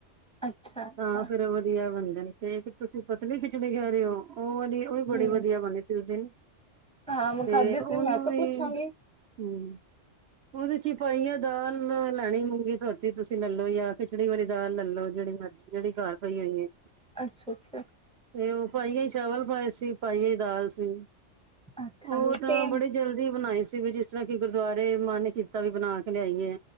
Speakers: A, in the centre; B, on the right.
A: ਅੱਛਾ। ਅੱਛਾ
B: ਹਾਂ ਫੇਰ ਵਧੀਆ ਬਣ ਜਾਂਦੀ। ਤੇ ਤੁਸੀਂ ਪਤਲੀ ਖਿੱਚੜੀ ਕਹਿ ਰਹੇ ਹੋ। ਉਹ ਵਾਲੀ ਉਹ
A: ਹੂੰ
B: ਵੀ ਬੜੀ ਵਧੀਆ ਬਣੀ ਸੀ। ਉਸ ਦਿਨ
A: ਹਾਂ ਮੈਂ
B: ਤੇ
A: ਖਾਧੀ
B: ਉਹਨੂੰ
A: ਸੀ ਮੈਂ ਕਿਹਾ
B: ਵੀ,
A: ਪੁੱਛਾਂਗੀ।
B: ਹੂੰ। ਉਹਦੇ ਚ ਹੀ ਪਾਈਆ ਦਾਲ ਲੈਣੀ ਮੂੰਗੀ ਧੋਤੀ ਤੁਸੀਂ ਲੈ ਲੋ ਜਾਂ ਖਿਚੜੀ ਵਾਲੀ ਦਾਲ ਲੈ ਲੋ ਜਿਹੜੀ ਮਰਜ਼ੀ। ਜਿਹੜੀ ਘਰ ਪਈ ਹੋਈ ਏ।
A: ਅੱਛਾ ਅੱਛਾ।
B: ਤੇ ਉਹ ਪਾਈਆਂ ਹੀ ਚਾਵਲ ਪਾਏ ਸੀ, ਪਾਈਆਂ ਹੀ ਦਾਲ ਸੀ,
A: ਅੱਛਾ
B: ਉਹ ਤਾਂ
A: ਸੇਮ
B: ਬੜੇ ਜਲਦੀ ਬਣਾਈ ਸੀ, ਵੀ ਜਿਸ ਤਰਾਂ ਕਿ ਗੁਰਦੁਆਰੇ ਮਨ ਕੀਤਾ ਵੀ ਬਣਾ ਕੇ ਲਿਆਈਏ।